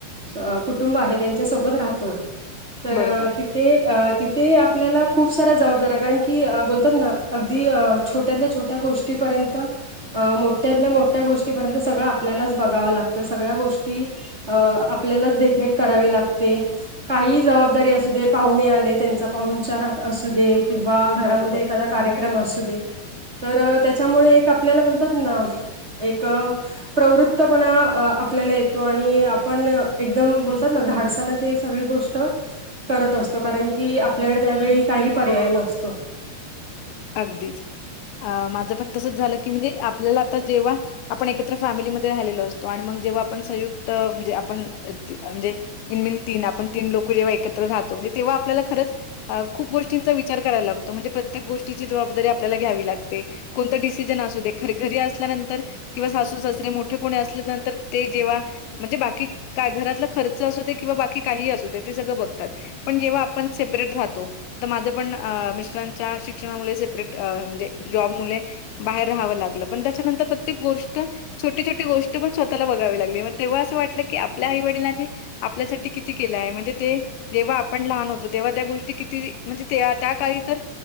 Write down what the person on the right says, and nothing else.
सो कुटुंब आहे त्यांच्यासोबत राहतो तर
ती ते अ तिथे आपल्याला खूप साऱ्या जबाबदऱ्या कारण की बोलतात ना अगदी अ छोट्यातल्या छोट्या गोष्टीपर्यंत अ मोठ्यातल्या मोठ्या गोष्टीपर्यंत सगळं आपल्यालाच बघाव लागतं सगळ्या गोष ती अ आपल्यालाच देखरेख करावी लागते. काहीही जबाबदारी असू दे पाहुणे आले त्यांचा पाहुनचार असूदे किंवा घरामध्ये
एखादा कार्यक्रम असूदे तर त्याच्यामुळे एक आपल्याला बोलतात ना एक प्रवृत्तपणा आपल्याला येत तो आणि आपण एकदम बोलतात ना धाडसान ते सगळी गोष्ट करत असतो कारण की आपल्याकडे त्यावेळी काही पर्याय नसतो.